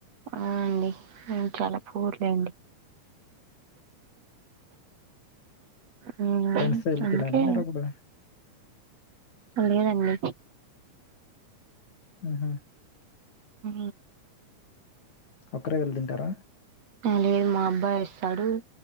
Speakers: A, on the right; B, on the left.
A: ఆ అండి మేము చాలా పూర్ లెండి మీరా
B: ఫ్రెండ్స్‌తో ఎళ్లి
A: అందుకే
B: తిన్నారా మీరప్పుడు?
A: లేదండి
B: ఉహు
A: ఉ
B: ఒకరే వెళ్లి తింటారా
A: లేదు మా అబ్బాయి వస్తాడు